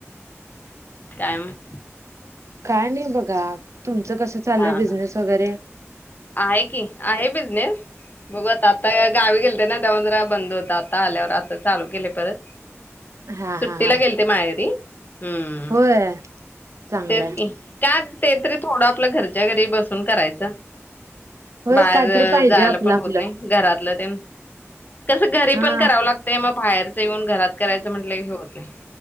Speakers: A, on the left (about 40°); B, on the right (about 80°).
A: काय म?
B: काय नई बघा तुमचं कसं चाललय
A: हा
B: बिझनेस
A: हा
B: वगैरे?
A: आहे की आहे बिझनेस, बघू आता आता गा गावी गेलते ना त्यामुळे जरा बंद होता, आता आल्यावर आता चालू केले परत
B: हा
A: सुट्टीला
B: हा हा
A: गेलते माहेरी हम्म
B: होय चांगलाय
A: तेच की का ते तरी थोडं आपल्या घरच्या घरी बसून करायच
B: होय
A: बाहेर
B: काहीतरी पाहिजे
A: ज जायाला
B: आपलं
A: पण
B: आपलं
A: होत नई घरातलं <unintelligible> कसं घरी
B: हा
A: पण करावं लागतंय मग बाहेरच ते येऊन घरात करायचं म्हटलं हे होत नाही.